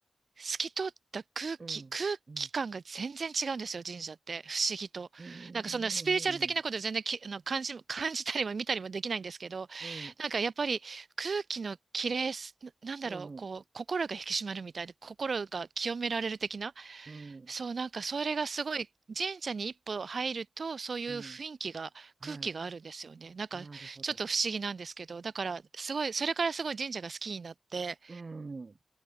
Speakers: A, on the right; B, on the right.
A: 透き通った空気、
B: うん、
A: 空気感が全然違うんですよ、
B: うん、
A: 神社って。不思議と。
B: うん、
A: なんかそんなスピリチュアル的なこと全然き、あの感じ、感じたりも見たりもできないんですけど、
B: うん、
A: なんかやっぱり空気の綺麗す、ななんだろう、
B: うん、
A: こう、心が引き締まるみたいで、心が清められる的な。
B: うん、
A: そう、なんかそれがすごい、神社に一歩入ると、そういう雰囲気が、
B: うん、は
A: 空気があるんですよね。なんか、
B: い、なるほど。
A: ちょっと不思議なんですけど、だから、すごい、それからすごい神社が好きになって、
B: うん、